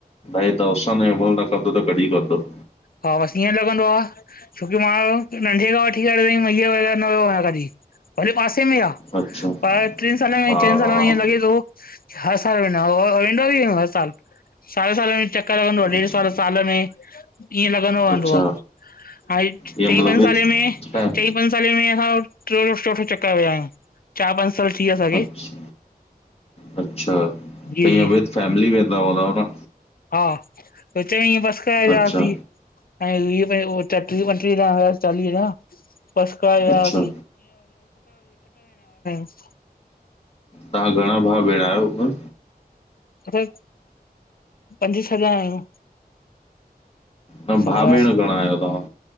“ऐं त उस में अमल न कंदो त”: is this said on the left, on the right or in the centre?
Left